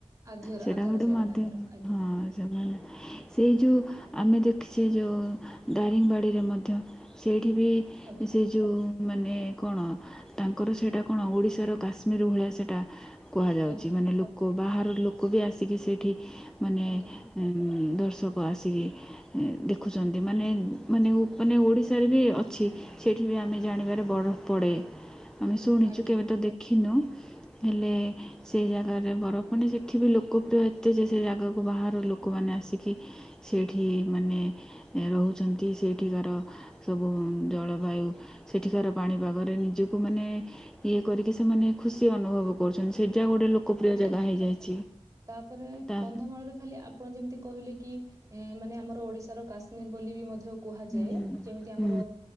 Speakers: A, on the right; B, in the centre.
A: ଆଧ୍ୟର
B: ସେଟା
A: ଆଧାର
B: ଗୋଟେ
A: ସେଇଟା
B: ମାଧ୍ୟମ
A: ତାଙ୍କର ଆଜ୍ଞା
B: ହଁ ସେମାନେ ସେଇ ଯେଉ, ଆମେ ଦେଖିଛେ ଯେଉ, ଦାରିଙ୍ଗବାଡ଼ିରେ ମଧ୍ୟ ସେଇଠି ବି
A: ଆଜ୍ଞା
B: ସେ ଯୋଉ ମାନେ କଣ, ତାଙ୍କର ସେଟା କଣ ଓଡ଼ିଶା ଓଡ଼ିଶା ର କାଶ୍ମୀର ଭଳିଆ ସେଇଟା କୁହାଯାଉଛି।
A: ଆଜ୍ଞା
B: ମାନେ
A: ଆଜ୍ଞା
B: ଲୋକ, ବାହାର ଲୋକ କୁ ବି ଆସିକି ସେଇଠି, ମାନେ
A: ଆଜ୍ଞା ଆଜ୍ଞା
B: ଏ ଦର୍ଶକ ଆସିକି ଦେଖୁଛନ୍ତି। ମାନେ, ମାନେ, ମାନେ ଓଡ଼ିଶାରେ ବି ଅଛି। ସେଠି ବି ଆମେ ଜାଣିବାରେ ବରଫ ପଡ଼େ, ଆମେ ଶୁଣିଛୁ
A: ଆଜ୍ଞା
B: କେବେ ତ ଦେଖିନୁ, ହେଲେ ସେ ଜାଗାରେ ବରଫ, ମାନେ ସେଠି ବି ଲୋକପ୍ରିୟ ଏତେ ଯେ, ସେ ଜାଗାକୁ ବାହାରର ଲୋକମାନେ ଆସିକି ସେଇଠି ମାନେ ରହୁଚନ୍ତି, ସେଠିକାର ସବୁ ଜଳବାୟୁ ସେଠିକାର ପାଣିପାଗରେ ନିଜକୁ ମାନେ ଇୟ କରିକି ସେମାନେ ଖୁସି ଅନୁଭବ କହୁଚନ୍ତି, ସେଇଟା ଗୋଟେ ଲୋକପ୍ରିୟ
A: ଆଜ୍ଞା
B: ଜାଗା
A: ଆଜ୍ଞା
B: ହେଇଯାଇଛି,
A: ତାପରେ
B: ଟା
A: କନ୍ଧମାଳରେ ଖାଲି ଆପଣ ଯେମିତି କହିଲେ କି, ଏ ମାନେ ଆମର ଓଡ଼ିଶାର କାଶ୍ମୀର ବୋଲି ବି ମଧ୍ୟ କୁହାଯାଏ।
B: ହୁଁ
A: ଯେମିତି ଆମର
B: ହୁଁ